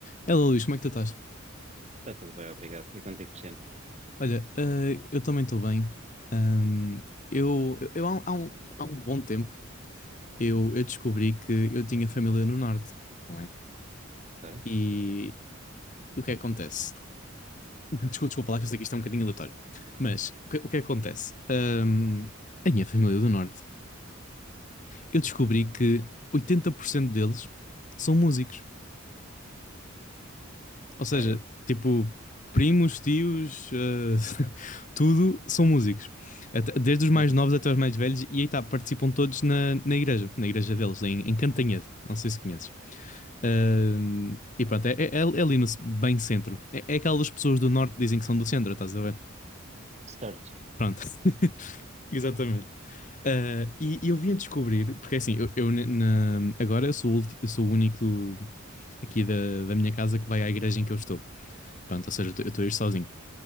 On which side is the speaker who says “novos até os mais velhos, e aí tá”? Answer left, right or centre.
Left